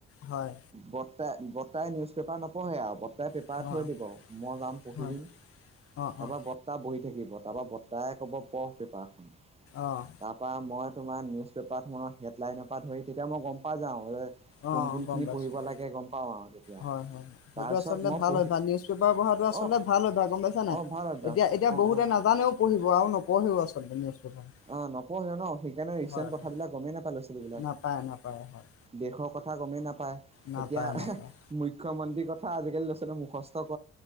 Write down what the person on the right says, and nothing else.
বৰ্তাই বৰ্তাই নিউজ পেপাৰ নপঢ়ে আৰু বৰ্তাই পেপাৰ
থৈ দিব। মই যাম পঢ়ি
দিম
তাৰপৰা বৰ্তা বহি থাকিব তাৰপৰা বৰ্তা তাই ক'ব পঢ় পেপাৰখন।
তা পা মই তোমাৰ নিউজ পেপাৰখনৰ হেডলাইনৰ পৰা ধৰি তেতিয়া মই গম পাই যাওঁ যে কোন
কোনখিনি
পঢ়িব
লাগে গম পাওঁ আৰু তেতিয়া
তাৰপিছত
মই
পঢ়ি
অঁ
অঁ ভাল অভ্যাস
অঁ
অঁ অঁ
অ নপঢ়োহে ন সেইকাৰণে ৰিচেণ্ট
কথাবিলাক
গমেই নাপাই লৰা ছোৱালী
দেশৰ কথা গমেই নাপায়
এতিয়া
মুখ্যমন্ত্ৰীৰ কথা আজিকালি লৰা ছোৱালী মুখস্থ কয়,